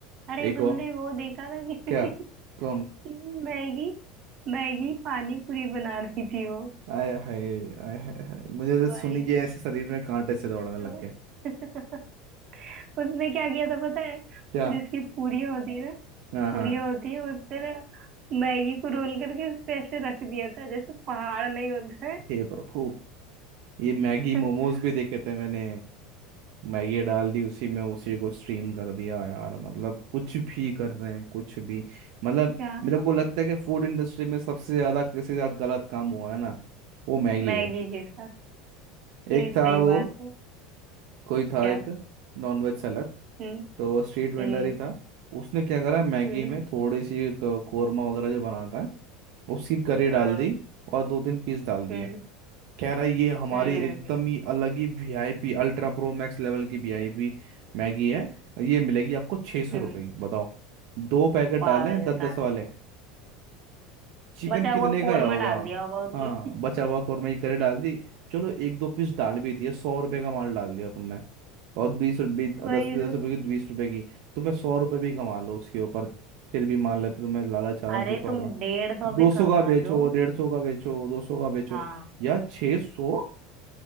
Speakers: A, on the right; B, on the right.
A: अरे
B: एक
A: तुमने
B: और
A: वो देखा था
B: क्या
A: कि <laughs>
B: कौन
A: मैगी मैगी पानी पूरी बना रही थी वो
B: आय हाय आय हाय हाय मुझे तो
A: भाई
B: सुनी कि ऐसे शरीर में कांटे से दौड़ने
A: साहब।
B: लग गए
A: <laughs> उसने क्या किया था पता है वो
B: क्या
A: जिसकी पूरियां होती है ना
B: हाँ हाँ
A: पूरियां होती है उसपे ना मैगी को रोल करके उस पे ऐसे रख दिया था जैसे पहाड़ नहीं होता है
B: हे प्रभु ये मैगी
A: <laughs>
B: मोमोज भी देखे थे मैंने मैगी डाल दी उसी में उसी को स्ट्रीम कर दिया यार मतलब कुछ भी कर रहे हैं कुछ भी मतलब
A: क्या
B: मेरे को लगता है कि फूड इंडस्ट्री में सबसे ज्यादा किसी के साथ गलत काम हुआ है ना वो मैगी
A: मैगी
B: है
A: के साथ
B: एक
A: ये सही
B: था वो
A: बात है
B: कोई था
A: क्या
B: एक नॉनवेज सेलर
A: हम्म
B: तो वो स्ट्रीट वेंडर
A: हम्म
B: ही था उसने क्या करा मैगी
A: हम्म
B: में थोड़ी सी क- कोरमा वगैरह जो बनाता है उसकी करी डाल
A: हम्म
B: दी और दो तीन पीस डाल दिए
A: हम्म
B: कह रहा है ये हमारी
A: हम्म
B: एकदम ही अलग ही VIP ultra pro max level की वीआईपी मैगी है ये मिलेगी आपको छः सौ
A: हम्म,
B: रुपये
A: हम्म।
B: की बताओ दो पैकेट
A: पागल
B: डाले हैं दस
A: इंसान
B: दस वाले
A: है।
B: चिकन
A: बचा
B: कितने
A: हुआ कोरमा
B: का आया होगा
A: डाल दिया होगा उसने
B: हाँ बचा हुआ कौरमा की करी डाल दी चलो एक दो पीस डाल भी दिए सौ रुपये का माल डाल दिया तुमने और बीस रुपये
A: वही
B: दस दस
A: तो
B: रुपए की बीस रुपए की तुम्हें सौ रुपए भी कमा लो उसके ऊपर फिर भी मान लेते तुम्हें लालच आ रहा
A: अरे
B: दो सौ
A: तुम
B: रुपये
A: डेढ़ सौ
B: दो
A: भी
B: सौ
A: कमा
B: का बेचो
A: लो
B: डेढ़ सौ का बेचो दो सौ का बेचो
A: हाँ
B: या छः सौ